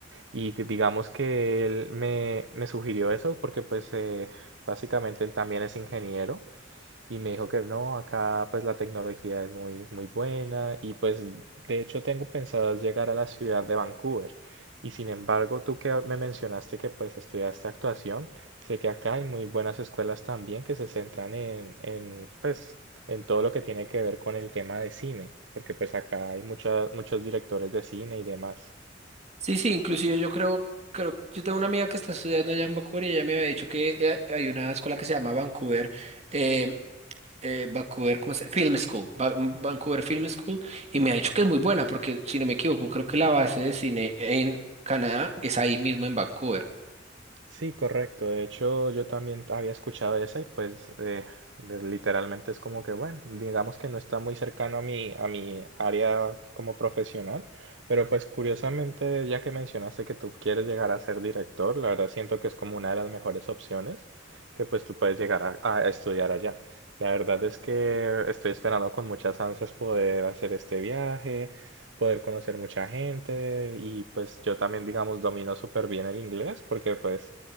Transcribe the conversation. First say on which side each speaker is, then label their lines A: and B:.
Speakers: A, on the right (about 75°); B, on the right (about 35°).
A: Y que digamos que él me, me sugirió eso porque pues eh, básicamente él también es ingeniero y me dijo que no, acá pues la tecnología es muy, muy buena y pues de hecho tengo pensado llegar a la ciudad de Vancouver. Y sin embargo, tú que me mencionaste que pues estudiaste actuación, sé que acá hay muy buenas escuelas también que se centran en, en pues en todo lo que tiene que ver con el tema de cine, porque pues acá hay mucha- muchos directores de cine y demás.
B: Sí, sí, inclusive yo creo, creo, yo tengo una amiga que está estudiando allá en Vancouver y ella me había dicho que eh, hay una escuela que se llama Vancouver eh, eh, Vancouver, ¿cómo se llama? Film School, Va- Vancouver Film School, y me ha dicho que es muy buena, porque si no me equivoco, creo que la base de cine en Canadá es ahí mismo en Vancouver.
A: Sí, correcto. De hecho, yo también había escuchado esa y pues eh, pues, literalmente es como que, bueno, digamos que no está muy cercano a mi, a mi área como profesional, pero pues curiosamente, ya que mencionaste que tú quieres llegar a ser director, la verdad siento que es como una de las mejores opciones que pues tú puedes llegar a, a estudiar allá. La verdad es que estoy esperando con muchas ansias poder hacer este viaje, poder conocer mucha gente y pues yo también digamos domino súper bien el inglés porque pues